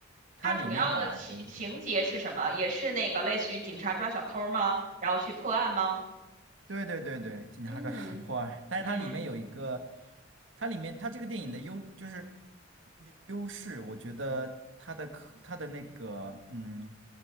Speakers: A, on the right; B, on the right.
A: 它里面把人
B: 他主要的情情节是什么？也是那个类似于警察抓小偷儿吗？然后去破案吗？
A: 对对对对，《警察抓小偷破案，
B: 嗯嗯
A: 但是它里面有一个，它里面它这个电影的优就是优势，我觉得它的刻它的那个嗯